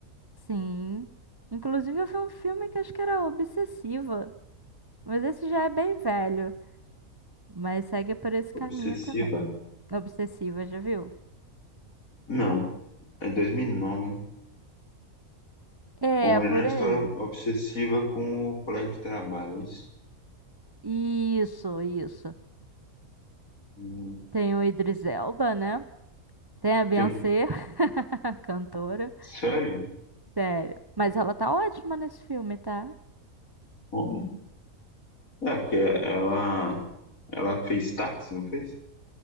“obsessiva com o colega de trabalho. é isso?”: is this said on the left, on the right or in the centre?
Left